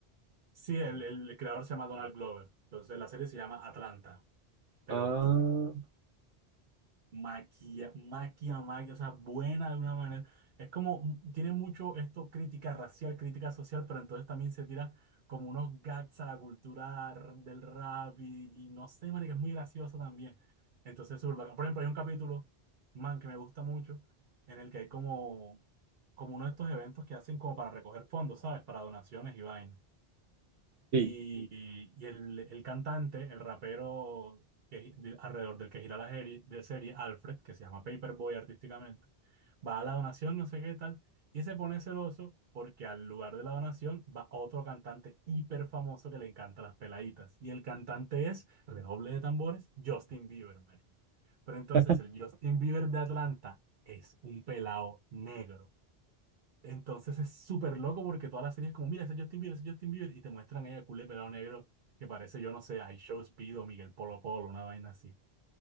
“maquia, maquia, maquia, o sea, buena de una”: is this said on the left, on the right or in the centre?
Right